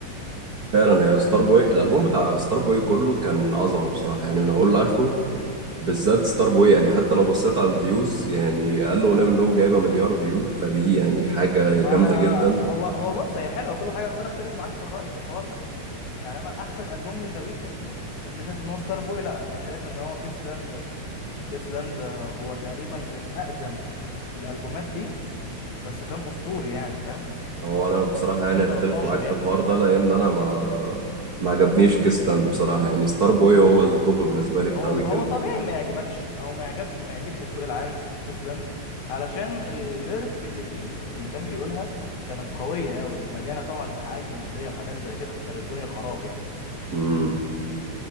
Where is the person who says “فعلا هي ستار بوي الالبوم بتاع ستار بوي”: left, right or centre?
Right